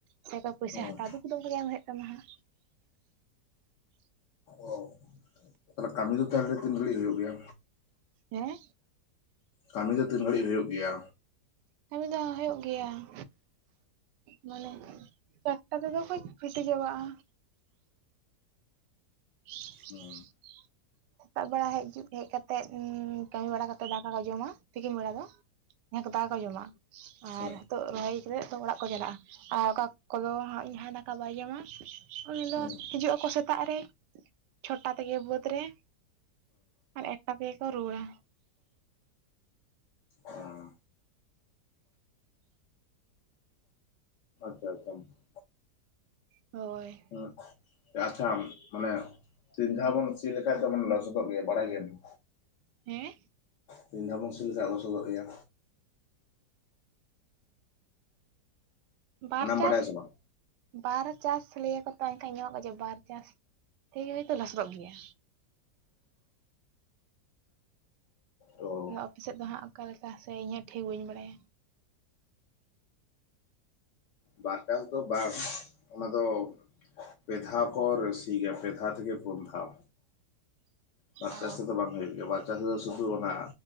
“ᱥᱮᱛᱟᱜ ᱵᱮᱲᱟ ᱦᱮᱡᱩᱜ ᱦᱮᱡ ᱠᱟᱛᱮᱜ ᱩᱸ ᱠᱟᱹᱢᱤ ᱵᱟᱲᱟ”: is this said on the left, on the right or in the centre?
Right